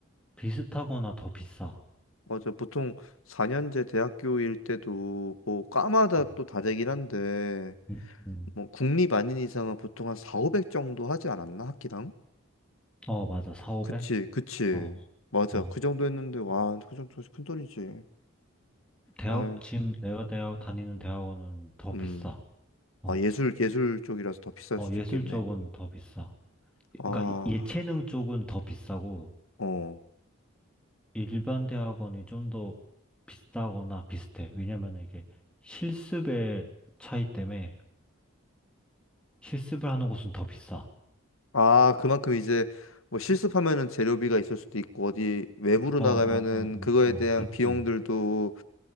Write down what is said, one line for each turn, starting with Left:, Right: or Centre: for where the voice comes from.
Centre: 비슷하거나 더 비싸.
Left: 맞아. 보통 4년제 대학교일 때도 뭐 과마다
Centre: 음,
Left: 또 다르긴 한데
Centre: 음, 음.
Left: 뭐 국립 아닌 이상은 보통 한 4, 500 정도 하지 않았나? 학기당?
Centre: 어, 맞아. 4,
Left: 그치, 그치.
Centre: 오0
Left: 맞아.
Centre: 0 어, 어.
Left: 그 정도 했는데 와, 그 정도 큰돈이지.
Centre: 대학,
Left: 아유,
Centre: 지금 내가 대학, 다니는 대학원은 더 비싸.
Left: 음.
Centre: 어,
Left: 아, 예술, 예술 쪽이라서 더 비쌀
Centre: 어,
Left: 수도
Centre: 예술
Left: 있겠네.
Centre: 쪽은 더 비싸.
Left: 아,
Centre: 그러니까 이- 예체능 쪽은 더 비싸고,
Left: 어.
Centre: 일반 대학원이 좀 더 비싸거나 비슷해. 왜냐면 은 이게 실습의 차이 때문에 실습을 하는 곳은 더 비싸.
Left: 아, 그만큼 이제 뭐 실습하면은 재료비가 있을 수도 있고 어디 외부로
Centre: 어,
Left: 나가면은
Centre: 어, 어,
Left: 그거에
Centre: 어,
Left: 대한
Centre: 어, 그치.
Left: 비용들도